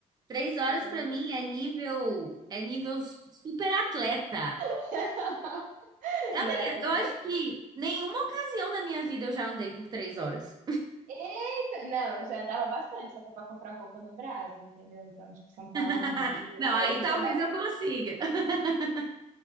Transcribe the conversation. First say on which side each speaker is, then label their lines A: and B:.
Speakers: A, on the right (about 30°); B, on the right (about 80°).
A: Três horas
B: Então,
A: pra mim é nível, é nível super atleta.
B: <laughs>
A: Amiga,
B: Não,
A: eu
B: foi.
A: acho que nenhuma ocasião da minha vida eu já andei por três horas.
B: Eita, não, eu já andava bastante, só que é pra comprar roupa no Brasil, entendeu? Então, tipo, São Paulo.
A: <laughs>
B: Rio.
A: Não,
B: Aí
A: aí
B: a gente
A: talvez
B: andava.
A: eu consiga. <laughs>